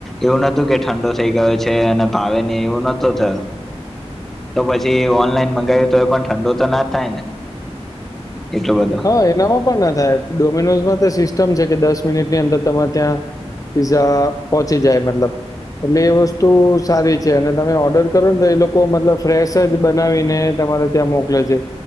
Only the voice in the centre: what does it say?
એવું નતું કે ઠંડો થઈ ગયો છે અને ભાવે નહી એવું નહતો થયો તો પછી ઓનલાઈન મંગાવી તો એ પણ ઠંડો તો ના જ થાય ને એટલું બધું